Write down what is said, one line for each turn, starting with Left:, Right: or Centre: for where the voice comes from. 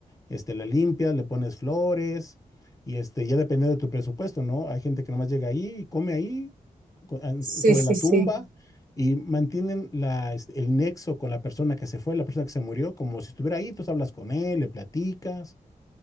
Left: este, la limpias, le pones flores y este, ya depende de tu presupuesto, ¿no? Hay gente que nomás llega ahí y come ahí co- en-
Right: Sí,
Left: sobre
Right: sí,
Left: la tumba
Right: sí.
Left: y mantienen la, este, el nexo con la persona que se fue, la persona que se murió, como si estuviera ahí, tú hablas con él, le platicas,